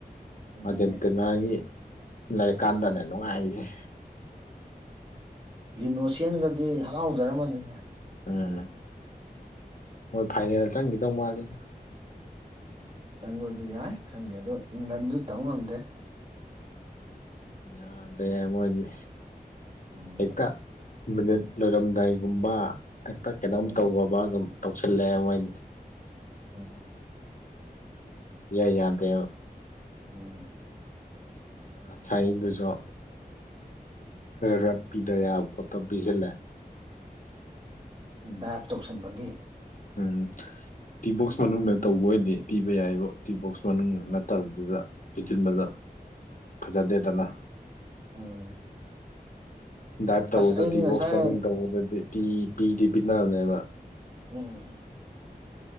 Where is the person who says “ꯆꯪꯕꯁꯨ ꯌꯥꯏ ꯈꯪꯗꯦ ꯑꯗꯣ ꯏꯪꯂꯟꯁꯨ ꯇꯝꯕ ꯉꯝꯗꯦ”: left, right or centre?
Right